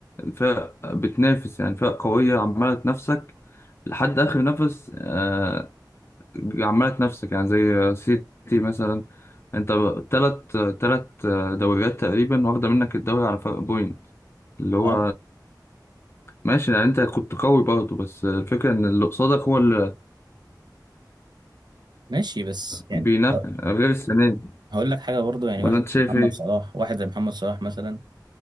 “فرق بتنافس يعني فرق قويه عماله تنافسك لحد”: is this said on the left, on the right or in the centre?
Left